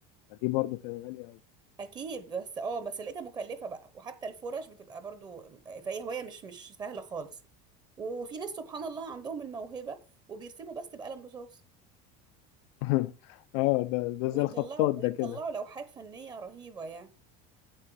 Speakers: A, on the left (about 65°); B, on the right (about 20°).
A: فدي برضو كانت غالية أوي
B: أكيد بس اه بس لقيتها مكلفة بقى وحتى الفرش بتبقى برضو آه، فهي هواية مش مش سهلة خالص وفي ناس سبحان الله عندهم الموهبة وبيرسموا بس بقلم رصاص
A: <laughs> اه ده ده زي
B: ويطلعوا
A: الخطاط ده
B: ويطلعوا
A: كده
B: لوحات فنية رهيبة يعني